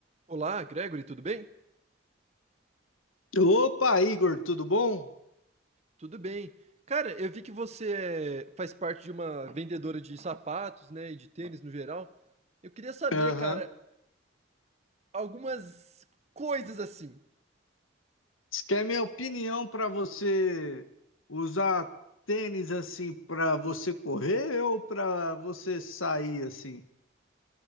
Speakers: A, on the right; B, on the left.
A: Olá, Gregory, tudo bem?
B: Opa, Igor, tudo bom?
A: Tudo bem. Cara, eu vi que você é- faz parte de uma vendedora de sapatos, né, e de tênis no geral. Eu queria saber,
B: Aham.
A: cara, algumas coisas assim.
B: Isso que é minha opinião para você usar tênis assim para você correr ou para você sair assim?